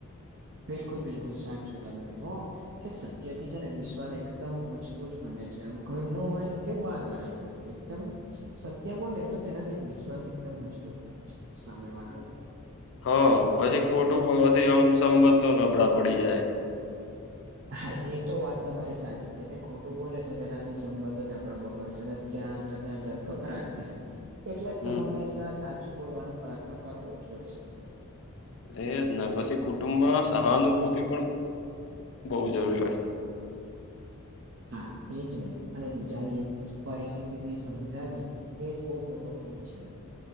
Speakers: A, on the right; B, on the left.
A: બિલકુલ બિલકુલ સાચું તમે કીધું. કે સત્યથી છે ને વિશ્વાસ એકદમ મજબૂત બને છે આમ ઘર ન હોય કે બાર વાળા લોકો જોડે એકદમ સત્ય બોલે તો તેનાથી વિશ્વાસ એકદમ મજબૂતત છે સામે વાળા ન
B: હા પછી ખોટું બોલવાથી આમ સંબંધો નબળા પડી જાય.
A: હા એ તો વાત તમારી સાચી છે કે ખોટું બોલે તો તેનાથી સંબંધ જ આપડ બગડશે ને ત્યાં અંદર ને અંદર કકરાટ થાય. એટલે જ
B: હમ
A: તો હંમેશા સાચું બોલવાનો પ્રયત્ન કરવો જ જોઈએ સૌને
B: એ જ પછી કુટુંબમાં સહાનુભૂતિ પણ બહુ જરૂરી હોય છે
A: હા એજ ને અને બીજાની પરિસ્થિતિથી સમજાવી એ જ બહુ મોટો ગુણ છે.